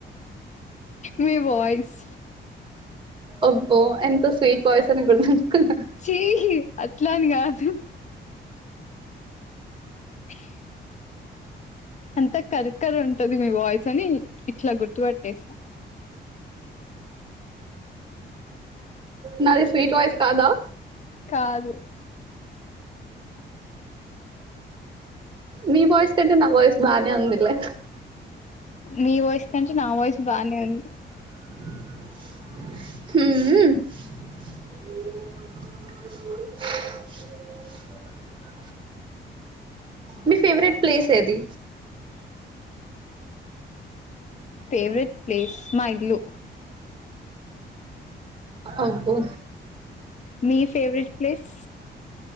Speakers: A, on the left; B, on the right.
A: మీ వాయిస్
B: ఒబ్బో ఎంత స్వీట్ వాయిస్ అని గుర్తుంచుకున్నా
A: చీ అట్లాని కాదు <inaudible> అంతా కర్కర్ ఉంటది మీ వాయిస్ అని ఇట్లా గుర్తుపట్టేస్తా
B: నాది స్వీట్ వాయిస్ కాదా
A: కాదు
B: మీ వాయిస్ టంటే నా వాయిస్ బానే ఉందిలే
A: నీ వాయిస్ కంటే నా వాయిస్ బానే ఉంది
B: హు మీ ఫేవరెట్ ప్లేస్ ఏది
A: ఫేవరెట్ ప్లేస్ మా ఇల్లు
B: అబ్బో
A: మీ ఫెవరెట్ ప్లేస్